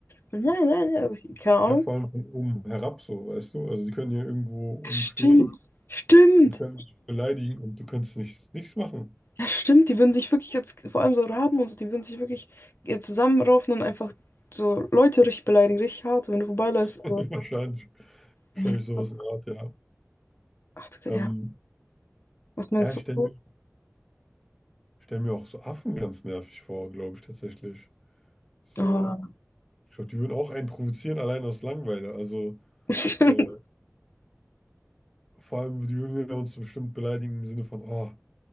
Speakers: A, on the left; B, in the centre.
A: Nein, nein, nein, also, keine Ahnung.
B: Ja, vor allem von oben herab so, weißt du? Also die können ja irgendwo umstehen
A: Stimmt. Stimmt.
B: und können dich beleidigen und du könntest nichts, nichts machen.
A: Ja, stimmt, die würden sich wirklich jetzt, vor allem so Raben und so, die würden sich wirklich äh, zusammenraufen und einfach so Leute richtig beleidigen, richtig hart, so wenn du vorbeiläufst. Aber,
B: <laughs> Wahrscheinlich, wahrscheinlich
A: oh mein
B: sowas
A: Gott,
B: in der Art, ja.
A: ach du, Ge-
B: Ähm,
A: ja, was meinst
B: ja, ich stelle
A: du?
B: mir, stell mir auch so Affen ganz nervig vor, glaube ich tatsächlich. So,
A: Ah,
B: ich glaube, die würden auch einen provozieren, allein aus Langeweile. Also,
A: <laughs> stimmt,
B: so, vor allem, die würden ja uns bestimmt beleidigen im Sinne von, oh,